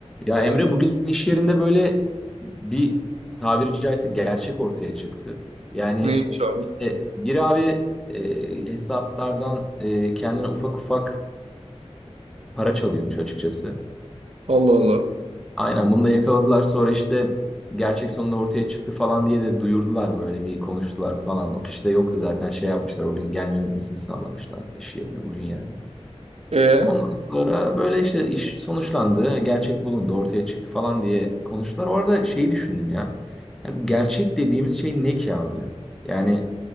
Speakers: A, in the centre; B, on the right (about 65°).
A: Ya Emre bugün iş yerinde böyle bir tabiri caizse gerçek ortaya çıktı. Yani
B: Neymiş abi?
A: e, bir abi e, hesaplardan e, kendine ufak ufak para çalıyormuş açıkçası.
B: Allah Allah.
A: Aynen bunu da yakaladılar sonra işte gerçek sonunda ortaya çıktı falan diye de duyurdular böyle bir konuştular falan. O kişi de yoktu zaten şey yapmışlar o gün gelmemesini sağlamışlar iş yerine bugün yani.
B: E,
A: Ondan sonra böyle işte iş sonuçlandı, gerçek bulundu, ortaya çıktı falan diye konuştular. Orada şeyi düşündüm ya. Yani bu gerçek dediğimiz şey ne ki abi? Yani